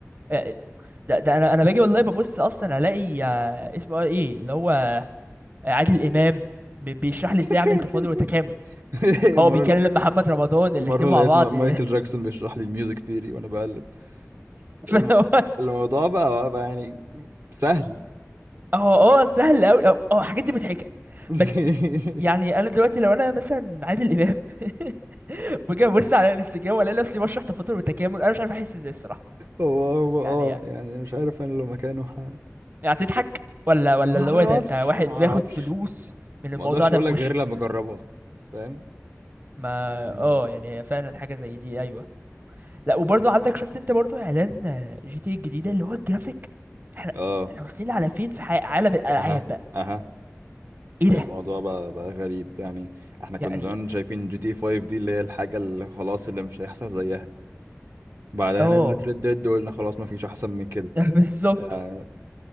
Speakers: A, on the right; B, on the right.
A: آه، ده, ده انا انا باجي والله ببص اصلا الاقي آه، اسمه ايه اللي هو عادل امام بي- بيشرح لي
B: <laughs>
A: ازاي اعمل تفاضل وتكامل هو
B: مرة
A: بيكلم محمد رمضان الاتنين
B: مرة
A: مع
B: لقيت
A: بعض
B: ما- مايكل
A: <laughs>
B: جاكسون بيشرح لي الميوزك ثيري وانا بقلب
A: فهو
B: الم... الموضوع بقى بقى يعني سهل
A: هو هو سهل قوي هو هو الحاجات دي مضحكه
B: <laughs>
A: بس يعني انا دلوقتي لو انا مثلا عادل امام <laughs> باجي ابص على الانستجرام والاقي نفسي بشرح تفاضل وتكامل انا مش عارف احس ازاي الصراحه
B: هو هو
A: يعني
B: اه
A: يعني
B: يعني مش عارف انا لو مكانه ح...
A: يعني هتضحك ولا ولا
B: ما
A: اللي
B: اعرفش
A: هو ده انت واحد
B: ما
A: بياخد
B: اعرفش
A: فلوس من الموضوع
B: ما اقدرش
A: ده
B: اقول
A: بوشك
B: لك غير لما اجربها فاهم
A: ما
B: يعني
A: اه يعني هي فعلا حاجه زي دي ايوه لا وبرضه عندك شفت انت برضه اعلان جي تي إيه الجديده اللي هو الجرافيك احنا
B: اه
A: احنا واصلين على فين في حي- عالم الالعاب
B: اها
A: بقى
B: اها
A: ايه
B: الموضوع
A: ده
B: بقى بقى غريب يعني احنا كنا
A: يعني
B: زمان شايفين جي تي 5 دي اللي هي الحاجة اللي خلاص اللي مش هيحصل زيها بعدها
A: اه
B: نزلت ريد ديد وقلنا خلاص ما فيش احسن من كده
A: <laughs> بالظبط
B: آه،